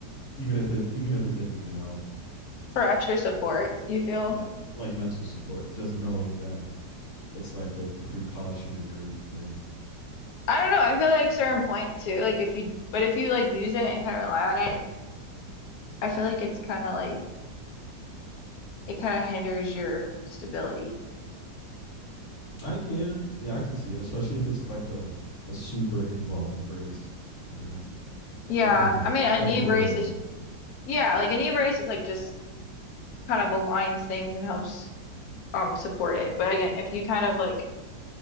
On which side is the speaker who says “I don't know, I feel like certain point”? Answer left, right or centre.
Left